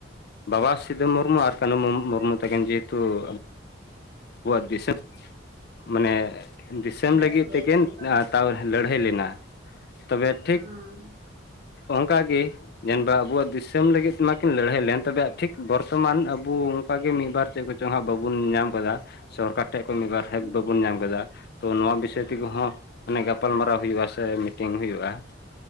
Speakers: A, on the left; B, on the right.
A: ᱵᱟᱵᱟ ᱥᱤᱫᱷᱩ ᱢᱩᱨᱢᱩ ᱟᱨ ᱠᱟᱹᱱᱦᱩ ᱢᱩᱨᱢᱩ ᱛᱟᱠᱮᱱ ᱡᱮᱦᱮᱛᱩ ᱾ ᱟᱵᱚᱣᱟᱜ ᱫᱤᱥᱚᱢ ᱢᱟᱱᱮ ᱫᱤᱥᱚᱢ
B: ᱵᱮᱲᱟ
A: ᱞᱟᱹᱜᱤᱫ
B: ᱞᱟᱹᱭᱟ
A: ᱛᱮᱠᱤᱱ
B: ᱠᱤᱱ ᱛᱚ
A: ᱼᱼ ᱛᱟᱣ ᱞᱟᱹᱲᱦᱟᱹᱭ ᱞᱮᱱᱟ᱾ ᱛᱚᱵᱮ
B: ᱦᱩᱸ
A: ᱴᱷᱤᱠ ᱚᱱᱠᱟᱜᱮ ᱾ ᱡᱮᱱ ᱟᱵᱚᱣᱟᱜ ᱫᱤᱥᱚᱢ ᱞᱟᱹᱜᱤᱫ ᱢᱟᱠᱤᱱ ᱞᱟᱹᱲᱦᱟᱹᱭ ᱞᱮᱱ ᱛᱚᱵᱮ ᱴᱷᱤᱠ ᱵᱚᱨᱛᱚᱢᱟᱱ ᱟᱵᱚ ᱚᱱᱠᱟ ᱜᱮ ᱢᱤᱫᱵᱟᱨ ᱪᱮᱫ ᱠᱚ ᱾ ᱪᱚᱝ ᱦᱟᱸᱜ ᱵᱟᱵᱚᱱ ᱧᱟᱢ ᱠᱟᱫᱟ᱾ ᱥᱚᱨᱠᱟᱨ ᱴᱷᱮᱱ ᱠᱷᱚᱡ ᱢᱤᱫᱵᱟᱨ
B: ᱦᱩᱸ
A: ᱦᱮᱞᱯ ᱵᱟᱵᱚᱱ ᱧᱟᱢ ᱟᱠᱟᱫᱟ। ᱛᱚ ᱱᱚᱣᱟ ᱵᱤᱥᱚᱭ
B: ᱦᱩᱸ
A: ᱛᱮᱜᱮᱦᱚᱸ ᱚᱱᱮ, ᱜᱟᱯᱟᱞᱢᱟᱨᱟᱣ ᱦᱩᱭᱩᱜᱼᱟ ᱥᱮ ᱢᱤᱴᱤᱝ ᱦᱩᱭᱩᱜᱼᱟ।